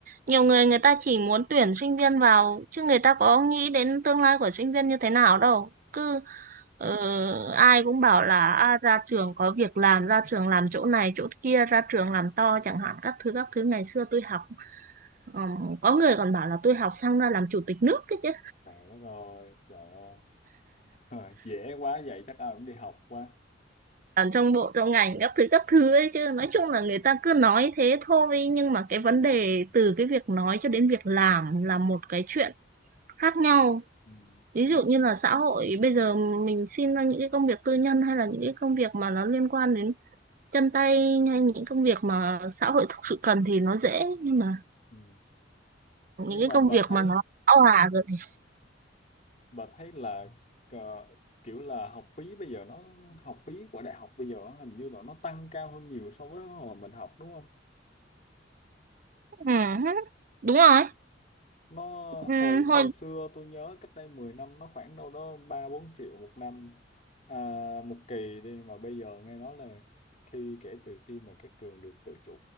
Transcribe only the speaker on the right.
Nhiều người người ta chỉ muốn tuyển sinh viên vào chứ người ta có nghĩ đến tương lai của sinh viên như thế nào đâu. Cứ ờ, ai cũng bảo là à, ra trường có việc làm, ra trường làm chỗ này chỗ kia, ra trường làm to chẳng hạn các thứ các thứ ngày xưa tôi học. ừm, có người còn bảo là tôi học xong ra làm chủ tịch nước cái chứ.
ở trong bộ trong ngành các thứ các thứ ấy chứ nói chung là người ta cứ nói thế thôi nhưng mà cái vấn đề từ cái việc nói cho đến việc làm là một cái chuyện khác nhau
ví
dụ như là xã hội bây giờ mình xin ra những cái công việc tư nhân hay là những cái công việc mà nó liên quan đến chân tay hay những công việc mà xã hội thực sự cần thì nó dễ nhưng mà
những
cái
công
việc
mà nó bão hòa rồi thì
ừ, đúng rồi
ừ,
thôi